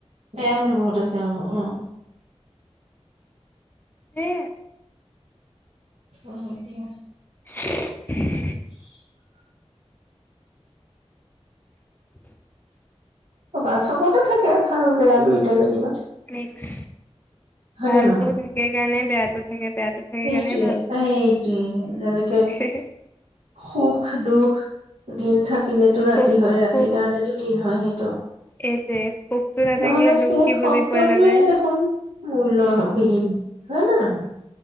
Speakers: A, on the right (about 75°); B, on the left (about 15°).
A: বেয়া মানুহ বহুত আছে অ' অ'।
B: হে
A: অ' দিয়া।
B: <unintelligible>
A: <unintelligible>
B: <unintelligible>
A: অ বাৰু চবতে থাকে ভাল বেয়া দুইটা যেনিবা।
B: মিক্স
A: হয়
B: ভালতো
A: নে নহয়?
B: থাকে কাৰণে বেয়াটো থাকে বেয়াটো থাকে
A: এইটোৱে,
B: কাৰণে ভালটো থাকে
A: এইটোৱেই। যেনেকে
B: সেইটোৱে।
A: সুখ সুখ দুখ দিন থাকিলেতো ৰাতি
B: সুখ
A: হয় ৰাতিৰ
B: সুখ
A: কাৰণেতো দিন হয়। সেইটো
B: এইটোৱে সুখটো নাথাকিলে
A: নহলে
B: দুখ
A: সেই
B: কি
A: শব্দটোৱে
B: বুজি পোৱা নাযায়
A: দেখোন মূল্যবিহীন হয় নে নহয়?